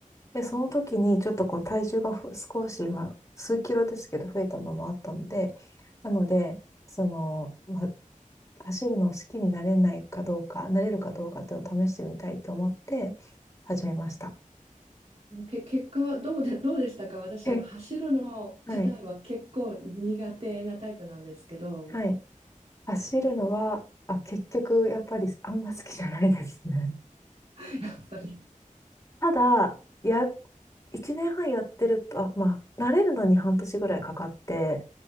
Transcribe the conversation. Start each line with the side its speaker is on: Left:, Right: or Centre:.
Left: で、その時にちょっとこう体重がふ少し、まあ、数キロですけど増えたのもあったので、なので、その、まあ、走るの好きになれないかどうか、なれるかどうかっていうのを試してみたいと思って始めました。
Right: け、結果どうで、どうでしたか私、
Left: え
Right: あの、走るの自体は結構苦手なタイプなんですけど、
Left: はい。はい走るのは、あ、結局、やっぱりあんま好きじゃないですね。
Right: <laughs> やっぱり、
Left: ただ、や、1年半やってると、あ、まあ、慣れるのに半年ぐらいかかって、